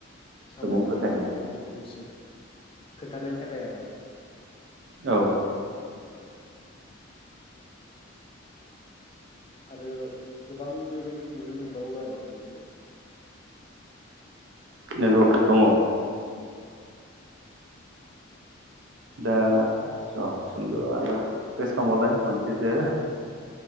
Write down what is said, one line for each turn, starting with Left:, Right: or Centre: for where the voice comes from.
Left: साबायखर
Right: सुबुं फोथायनाय
Left: थाबाय नोंथांनिसिम खोन्थानायनि थाखाय आरो
Right: औ
Left: औ आरो गोबां बेबायदि नुनो मोनबावो आरो उन्दै उन्दै
Right: नंगौ दङ दा ज सोंद' आरो गोसोखांबावलाय मोनसेसो